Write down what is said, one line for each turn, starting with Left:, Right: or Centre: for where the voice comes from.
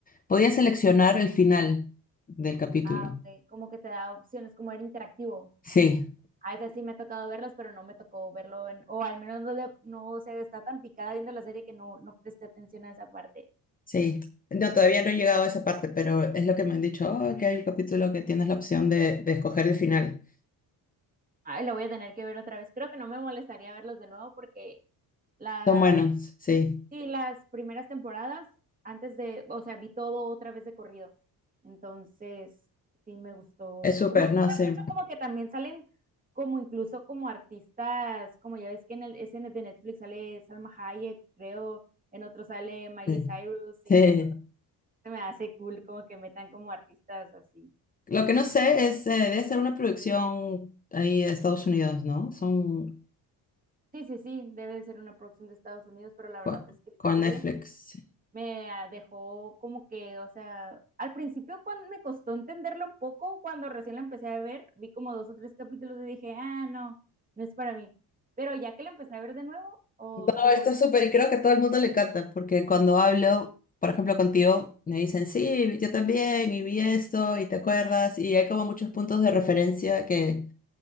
Left: podías seleccionar el final del capítulo.
Right: ah, ok, como que te da opciones, como era interactivo.
Left: Sí,
Right: A veces sí me ha tocado verlas, pero no me tocó verlo en, o al menos no le, no se está tan picada viendo la serie que no, no presté atención a esa parte.
Left: sí. No, todavía no he llegado a esa parte, pero es lo que me han dicho, "Oh, que hay un capítulo que tienes la opción de, de escoger el final.
Right: Ay, lo voy a tener que ver otra vez. Creo que no me molestaría verlos de nuevo porque las,
Left: Son buenos, sí.
Right: sí, las primeras temporadas, antes de, o sea, vi todo otra vez de corrido. Entonces, sí me gustó.
Left: Es súper,
Right: Me gusta
Left: ¿no? Sí.
Right: mucho como que también salen como incluso como artistas, como ya ves que en el SN de Netflix sale Salma Hayek, creo, en otro sale Miley
Left: Sí.
Right: Cyrus y
Left: Sí.
Right: eso se me hace cool como que metan como artistas así.
Left: Lo que no sé es, eh, debe ser una producción ahí de Estados Unidos, ¿no? Son
Right: Sí, sí, sí, debe de ser una producción de Estados Unidos, pero la
Left: con,
Right: verdad es que esta
Left: con
Right: serie
Left: Netflix.
Right: me ah, dejó como que, o sea, al principio cuando me costó entenderlo un poco, cuando recién la empecé a ver, vi como dos o tres capítulos y dije, ah, no, no es para mí. Pero ya que la empecé a ver de nuevo, oh,
Left: No,
Right: sí me
Left: está
Right: gusta.
Left: súper y creo que a todo el mundo le encanta, porque cuando hablo, por ejemplo, contigo, me dicen, sí, yo también, y vi esto, y te acuerdas, y hay como muchos puntos de referencia que,